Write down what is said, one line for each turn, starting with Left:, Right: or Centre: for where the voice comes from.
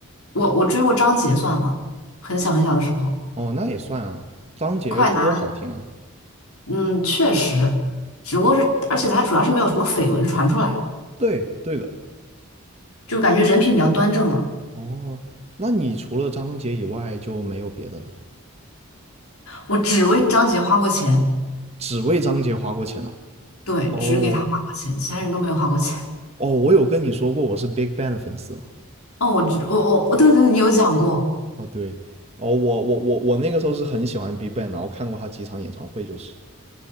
Left: 我我追过张杰算吗？很小很小的时候，
Right: 哦，那也算啊，张杰歌好听啊。
Left: 快男，嗯，确实，只不过是，而且他主要是没有什么绯闻传出来，
Right: 对，对的。
Left: 就感觉人品比较端正嘛。
Right: 哦，那你除了张杰以外就没有别的了，
Left: 我只为张杰花过钱，
Right: 只为张杰花过钱了。
Left: 对，
Right: 哦，
Left: 只给他花过钱，其他人都没有花过钱。
Right: 哦，我有跟你说过我是 Big Bang 的粉丝吗？
Left: 哦，我知我我对对对，你有讲过
Right: 哦，对，哦，我我我我那个时候是很喜欢 Big Bang，然后看过他几场演唱会，就是。